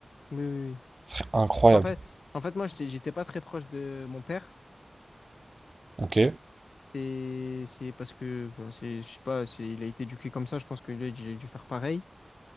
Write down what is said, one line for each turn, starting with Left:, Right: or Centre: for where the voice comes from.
Left: Oui, oui, oui.
Right: Ce serait incroyable.
Left: Parce qu'en fait, en fait, moi, j'étais, j'étais pas très proche de mon père.
Right: Ok.
Left: C'est, c'est parce que, bon, c'est, je sais pas, c'est, il a été éduqué comme ça. Je pense que lui, j'ai dû faire pareil.